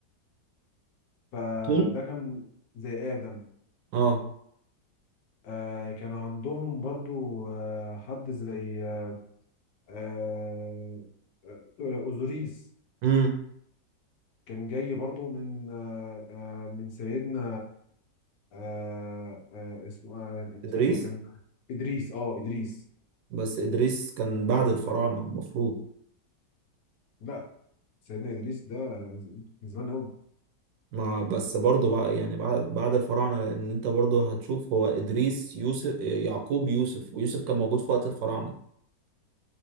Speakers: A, on the left; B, on the right.
A: فده
B: تون
A: كان زي ادم
B: اه
A: آه، كان عندهم برضو آه، حد زي آه، آه، آه، اوزوريس
B: امم
A: كان جاي برضو من آه، آه، من سيدنا آه آه اسمه آه
B: ادريس
A: ثانية كان إدريس أه إدريس
B: بس ادريس كان بعد الفراعنه المفروض
A: لا سيدنا إدريس ده من زمان قوي
B: ما بس برضه بقى يعني بعد بعد الفراعنه لان انت برضه هتشوف هو ادريس يوسف يعقوب يوسف ويوسف كان موجود في وقت الفراعنه